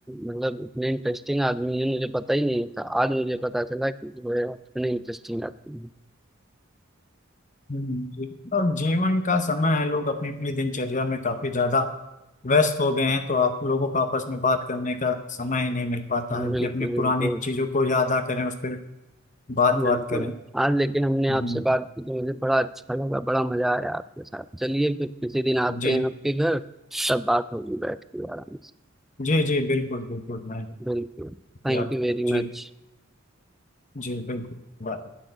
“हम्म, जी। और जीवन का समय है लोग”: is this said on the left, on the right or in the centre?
Left